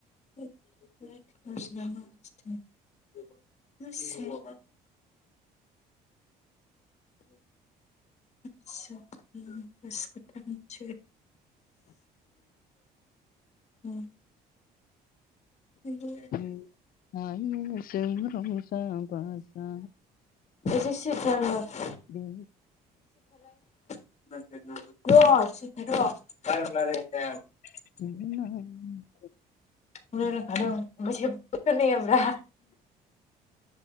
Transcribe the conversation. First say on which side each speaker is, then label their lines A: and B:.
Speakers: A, on the left; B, on the left.
A: <unintelligible> <unintelligible> उ बि <inaudible>
B: <unintelligible> जों रंजा बाजा
A: बेसे जानल
B: बि
A: <unintelligible>
B: <inaudible>
A: <unintelligible> ओमफाय जेबबो खोनायाब्रा